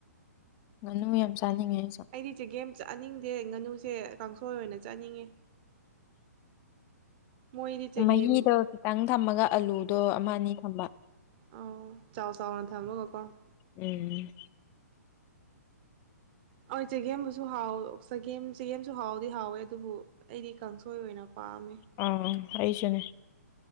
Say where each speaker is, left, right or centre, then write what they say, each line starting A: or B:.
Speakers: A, on the left (about 25°); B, on the right (about 35°).
A: ꯉꯥꯅꯨ ꯌꯥꯝ ꯆꯥꯅꯤꯡꯉꯦ ꯑꯩꯁꯨ
B: ꯑꯩꯗꯤ ꯆꯦꯒꯦꯝ ꯆꯠꯅꯤꯡꯗꯦ ꯉꯥꯅꯨꯁꯦ ꯀꯥꯡꯁꯣꯏ ꯑꯣꯏꯅ ꯆꯠꯅꯤꯡꯉꯦ ꯃꯣꯏꯗꯤ ꯆꯒꯦꯝ
A: ꯃꯍꯤꯗꯣ ꯈꯤꯇꯪ ꯊꯝꯃꯒ ꯑꯂꯨꯗꯣ ꯑꯃ ꯑꯅꯤ ꯊꯝꯕ
B: ꯑꯣ ꯆꯥꯎ ꯆꯥꯎꯅ ꯊꯝꯃꯥꯒꯀꯣ
A: ꯎꯝ
B: ꯍꯣꯢ ꯆꯒꯦꯝꯕꯨꯁꯨ ꯍꯥꯎ ꯆꯒꯦꯝ ꯆꯒꯦꯝꯁꯨ ꯍꯥꯎꯗꯤ ꯍꯥꯎꯋꯦ ꯑꯗꯨꯕꯨ ꯑꯩꯗꯤ ꯀꯥꯡꯁꯣꯏ ꯑꯣꯏꯅ ꯄꯥꯝꯃꯦ
A: ꯑꯝ ꯑꯩꯁꯨꯅꯦ